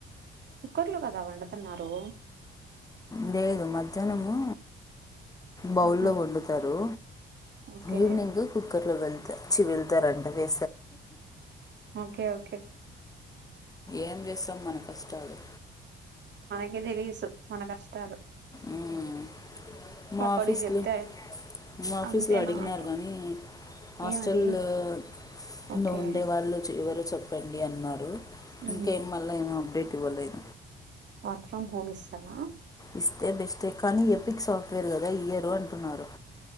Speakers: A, on the right; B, on the left.
A: కుక్కర్లు కదా వండుతున్నారు
B: లేదు మధ్యాహ్నము బౌల్
A: ఆహా
B: లో వండుతారు
A: ఓకే
B: ఈవినింగ్ కుక్కర్ లో వెళ్త చివిలతో రెం వే
A: ఓకే ఓకే
B: ఏం చేస్తాం మన కష్టాలు
A: అ తెలీసు మన కష్టాలు
B: మ్మ్. మా
A: పకోడి
B: ఆఫీస్లో
A: చెప్తే
B: మా ఆఫీస్లో
A: అంతేనా
B: అడిగినారు
A: అంట
B: కానీ హాస్టల్లోలో
A: ఏమని ఓకే
B: ఉండే వాళ్ళు ఎవరు చెప్తారు పెండి అన్నారు
A: ఉమ్.
B: ఇంకాేం మళ్ళ ఏమో అప్డేట్ ఇవ్వలేదు
A: వర్క్ ఫ్రమ్ హోమ్ ఇస్తారా
B: ఇస్తే బెస్ట్ క్ కానీ ఎపిక్ సాఫ్ట్వేర్ కదా ఇయరు అంటున్నారు